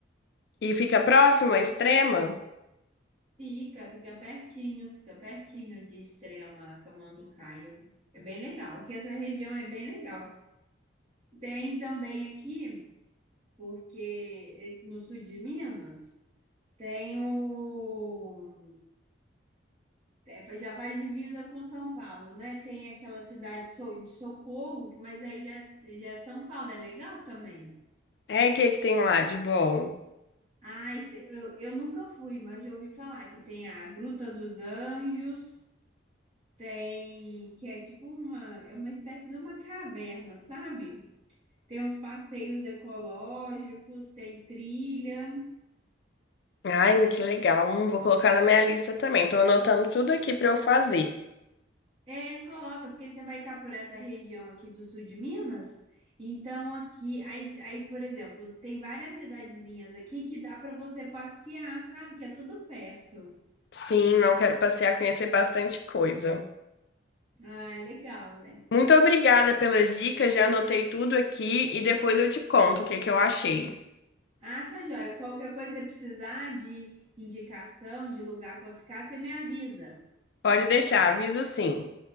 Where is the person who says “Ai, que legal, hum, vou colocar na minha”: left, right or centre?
Left